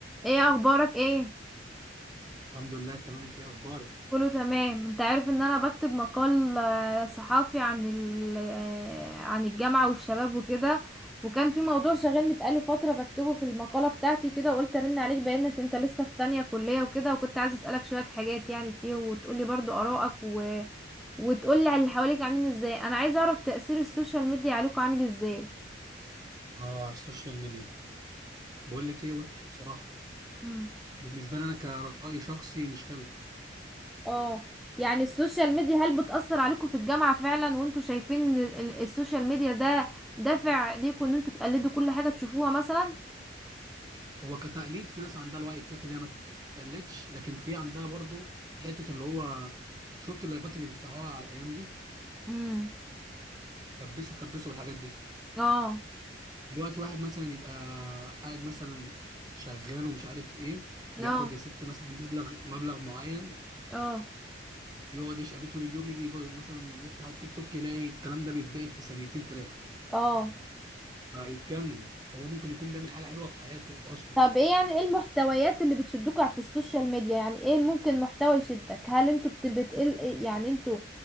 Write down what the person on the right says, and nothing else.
الحمد لله تمام انت ايه اخبارك
اه السوشيال ميديا بقول لك ايه وحش بصراحه
بالنسبه لي انا كرأي شخصي مش حلو
هو كتقليد في ناس عندها الوعي الكافي اللي هي ما تقلدش لكن في عندها برضو حته اللي هو شفت اللايفات اللي بيفتحوها على الايام دي
كبسوا كبسوا الحاجات دي
دلوقتي واحد مثلا يبقى قاعد مثلا شغال ومش عارف ايه بياخد
يا ستي مثلا مبلغ مبلغ معين
يقعد يشقى بيه طول اليوم يجي يبقى مثلا يفتح التيك توك يلاقي الكلام ده بيتباعد في ثانيتين ثلاثه
هيتجنن هو ممكن يكون بيعمل حاجه حلوه في حياته اصلا